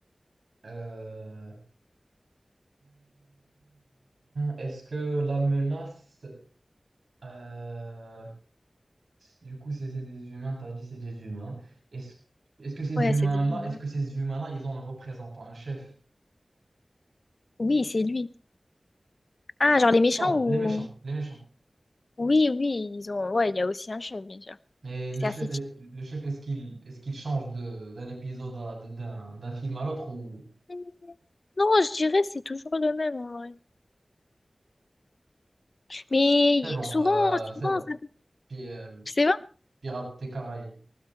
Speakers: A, on the right; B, on the left.
A: Euh, est-ce que la menace, euh, du coup, c'est c'est des humains, t'as dit c'est des humains. Est-ce, est-ce que ces
B: Ouais,
A: humains-là,
B: c'est des humains.
A: est-ce que ces humains-là, ils ont un représentant, un chef?
B: Oui, c'est lui. Ah, genre les méchants
A: Non,
B: ou
A: les méchants, les méchants.
B: oui, oui, ils ont. Ouais, il y a aussi un chef, bien sûr.
A: Et le
B: C'est
A: chef,
B: assez.
A: est-
B: typique.
A: le chef est-ce qu'il est-ce qu'il change de- d'un épisode à- d'un d'un film à l'autre ou
B: Hum, Non, je dirais c'est toujours le même en vrai. Mais
A: c'est bon,
B: souvent,
A: euh, c'est
B: souvent,
A: bon.
B: ça...
A: Puis, euh,
B: c'est
A: Pirates des Caraïbes,